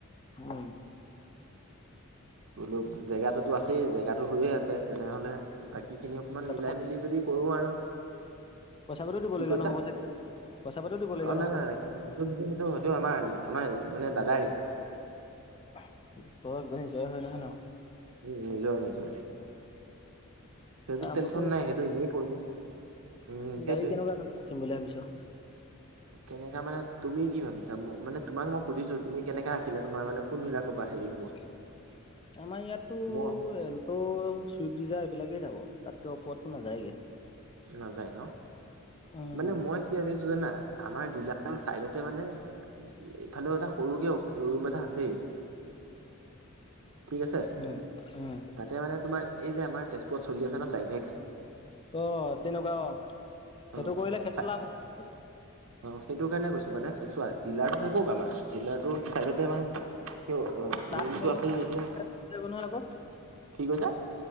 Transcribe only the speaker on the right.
বোলো জেগাটো টো আছেই জেগাটো হৈয়ে আছে তেনেহ'লে বাকী সেইখিনি অকমান
মিলাই মেলি যদি কৰো আৰু।
কি কৈছা
অ
নাই নাই
নাই, সেইটো সেইটো সেইটো সেইটো আমাৰ আমাৰ মানে দাদাৰে।
উম নিজৰ নিজৰে। সেইটোত
টেনশন
নাই
সেইটো
এনেই পৰি আছে। উম সেইটোৱে।
কেনেকা মানে তুমি কি ভাবিছা মানে তোমাক মই সুধিছো তুমি কেনেকে ৰাখিলা তোমাৰ মানে কোনবিলাকৰ পৰা হেৰি হ'ব?
মই
নাযায় ন
মানে মই কি ভাবিছো জানা আমাৰ ডিলাৰৰ চাইডতে মানে ইফালেও এটা সৰুকে ৰুম এটা আছেই। ঠিক আছে
তাতে মানে তোমাৰ এই যে আমাৰ তেজপুৰত চলি আছে ন ডাইভেক্স
অ
চাই
অ সেইটো কাৰণে কৈছো মানে চোৱা ডিলাৰটো থাকক আমাৰ ডিলাৰটো চাইডতে আমাৰ সেই
ৰুমটো
আছে যেতিয়া কি
কৈছা?